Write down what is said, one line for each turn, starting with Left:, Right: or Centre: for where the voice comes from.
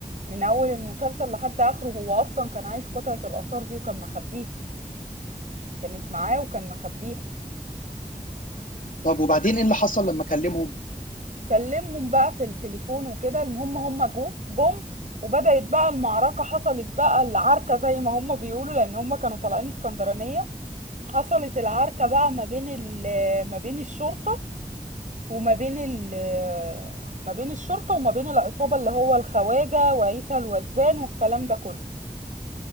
Right: من اول المسلسل لحد اخره هو اصلا كان عايز قطعة الاثار دي وكان مخبيها كانت معاه وكان مخبيها
Left: طب وبعدين ايه اللي حصل لما كلمهم
Right: كلمهم بقى في التليفون وكده المهم هم هم جو جم وبدأت بقى المعركة حصلت بقى العركة زي ما هم بيقولوا لأن هم كانوا طالعين اسكندرانية حصلت العركة بقى ما بين ال ما بين الشرطة وما بين ال ما بين الشرطة وما بين العصابة اللي هو الخواجة وعيسى الوزان والكلام ده كله